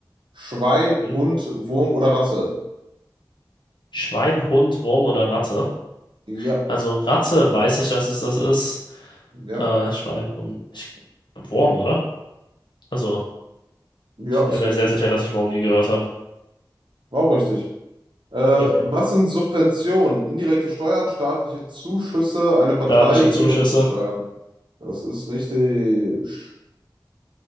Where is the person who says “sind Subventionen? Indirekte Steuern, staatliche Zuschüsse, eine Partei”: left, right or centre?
Right